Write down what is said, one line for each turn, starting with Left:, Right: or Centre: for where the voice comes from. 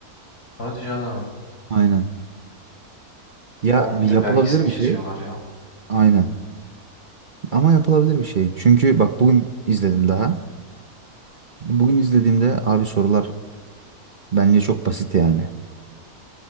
Left: Hadi canım.
Right: Aynen. Ya
Left: Onun bir
Right: bir
Left: de
Right: yapılabilir
Left: vergisini
Right: bir
Left: kesiyorlar
Right: şey.
Left: ya.
Right: Aynen. Ama yapılabilir bir şey. Çünkü bak bugün izledim daha. Bugün izlediğimde abi sorular Bence çok basit yani.